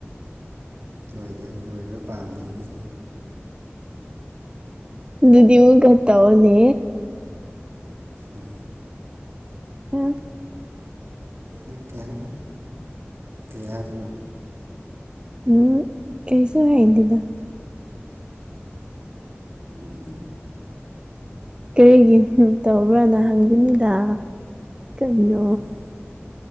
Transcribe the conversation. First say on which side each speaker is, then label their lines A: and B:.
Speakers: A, on the right (about 70°); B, on the right (about 20°).
A: ꯂꯣꯏꯗꯥ ꯂꯣꯏꯕ ꯄꯥꯝꯗꯩ ꯑꯩꯗꯤ
B: ꯑꯗꯨꯗꯤ ꯑꯃꯨꯛ ꯇꯑꯣꯅꯦ
A: ꯎꯝ
B: ꯑꯣ
A: ꯎꯝ ꯀꯔꯤꯍꯥꯏꯕ ꯀꯔꯤ ꯍꯥꯏꯕꯅꯦ
B: ꯎꯝ ꯀꯩꯁꯨ ꯍꯥꯏꯗꯦꯗ
A: <inaudible>
B: ꯀꯔꯤꯒꯤ ꯍꯨꯝ ꯇꯧꯕ꯭ꯔꯥꯅ ꯍꯪꯕꯅꯤꯗ ꯀꯩꯅꯣ
A: <inaudible>